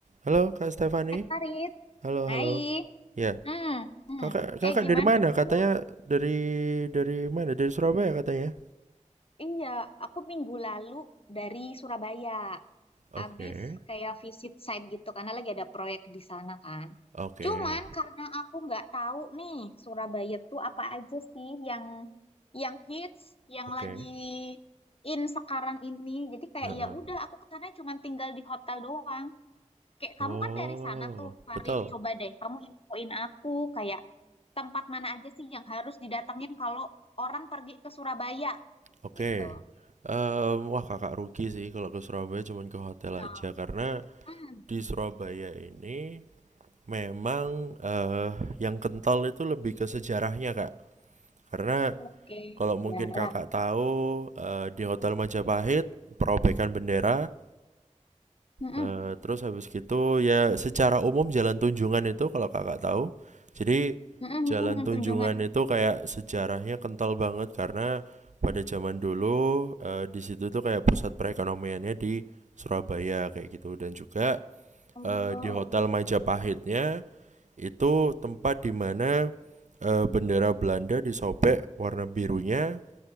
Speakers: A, on the right; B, on the left.
A: Halo Kak Stefani.
B: Hai Farid,
A: Halo,
B: hai.
A: halo. Ya.
B: Hmm, hmm.
A: Kakak kakak
B: Eh gimana
A: dari mana? Katanya
B: kamu?
A: dari dari mana? Dari Surabaya katanya.
B: Iya, aku minggu lalu dari Surabaya.
A: Oke.
B: Abis kayak visit site gitu karena lagi ada proyek di sana kan.
A: Oke.
B: Cuman karena aku nggak tahu nih Surabaya tuh apa aja sih yang yang hits, yang
A: Oke.
B: lagi in sekarang ini. Jadi kayak
A: Heeh.
B: ya udah aku ke sana cuman tinggal di hotel doang. Kayak
A: Oh,
B: kamu kan dari sana tuh, Farid.
A: betul.
B: Coba deh kamu infoin aku kayak tempat mana aja sih yang harus didatengin kalau orang pergi ke Surabaya
A: Oke.
B: gitu.
A: Em, wah kakak rugi sih kalau ke Surabaya cuman ke hotel
B: Ya,
A: aja karena
B: hmm,
A: di Surabaya ini memang eh yang kental itu lebih ke sejarahnya Kak. Karena
B: oke,
A: kalau
B: sejarah.
A: mungkin kakak tahu eh, di Hotel Majapahit perobekan bendera
B: Mm-mm,
A: Eh, terus habis gitu ya secara umum jalan Tunjungan itu kalau kakak tahu, jadi
B: mm-mm,
A: jalan
B: mm-mm,
A: Tunjungan
B: Tunjungan.
A: itu kayak sejarahnya kental banget karena pada zaman dulu eh, di situ tuh kayak pusat perekonomiannya di Surabaya kayak gitu dan juga
B: Oh,
A: eh,
B: oke.
A: di Hotel Majapahitnya itu tempat di mana eh, bendera Belanda disobek warna birunya